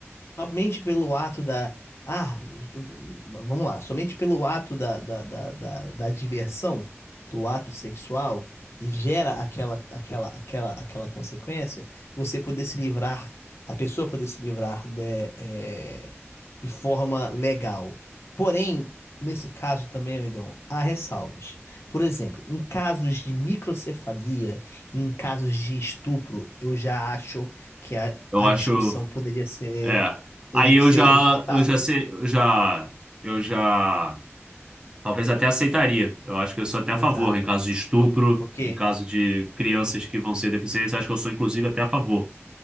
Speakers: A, on the left (about 65°); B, on the right (about 20°).
A: Somente pelo ato da. Ah, tu- vamos lá. Somente pelo ato da, da, da, da, da diversão, do ato sexual, e gera aquela, aquela, aquela, aquela consequência, você poder se livrar, a pessoa poder se livrar de, é, de forma legal. Porém, nesse caso também, amigão, há ressalvas. Por exemplo, em casos de microcefalia, em casos de estupro, eu já acho que a,
B: Eu
A: a
B: acho,
A: discussão poderia ser,
B: é.
A: teria
B: Aí
A: que
B: eu
A: ser
B: já,
A: levantada.
B: eu já sei, eu já, eu já Talvez até aceitaria. Eu acho que eu sou até
A: Exato.
B: a favor em caso de estupro,
A: Porque,
B: em caso de crianças que vão ser deficientes,
A: porque,
B: acho que eu sou inclusive até a favor.